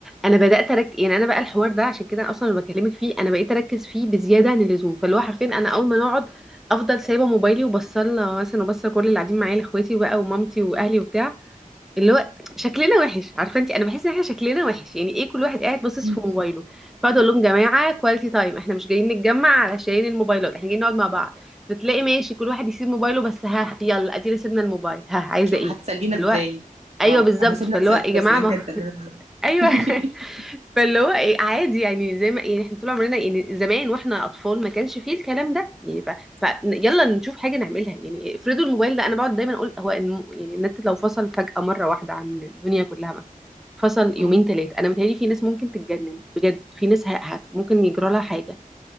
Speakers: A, in the centre; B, on the right (about 50°).
A: انا بدات اركز يعني انا بقى الحوار ده عشان كده اصلا اللي بكلمك فيه انا بقيت اركز فيه بزياده عن اللزوم فاللي هو حرفيا انا اول ما نقعد افضل سايبه موبايلي وبصلنا مثلا وبصل كل اللي قاعدين معايا لاخواتي بقى ومامتي واهلي وبتاع اللي هو شكلنا وحش عارفه انت انا بحس ان احنا شكلنا وحش يعني ايه كل واحد قاعد باصص
B: <laughs>
A: في موبايله فاقعد اقول لهم جماعه كواليتي تايم احنا مش جايين نتجمع علشان الموبايلات احنا جايين نقعد مع بعض فتلاقي ماشي كل واحد يسيب موبايله بس ها يلا ادينا سيبنا الموبايل ها عايزه
B: شو
A: ايه
B: هتسلينا
A: فاللي
B: ازاي
A: هو ايوه
B: اه
A: بالظبط
B: احنا سيبنا
A: فاللي هو
B: التسليه
A: يا جماعه
B: انت
A: ما
B: هتسلينا ازاي
A: ايوه <laughs>
B: <laughs>
A: فاللي هو ايه عادي يعني زي ما يعني احنا طول عمرنا يعني زمان واحنا اطفال ما كانش فيه الكلام ده يعني ف... ف يلا نشوف حاجه نعملها يعني افرضوا الموبايل ده انا بقعد دايما اقول هو الم... يعني النت لو فصل فجاه مره واحده عن الدنيا كلها مثلا فصل يومين
B: أمم.
A: ثلاثه انا متهيألي في ناس ممكن تتجنن بجد في ناس ه... هت... ممكن يجرى لها حاجه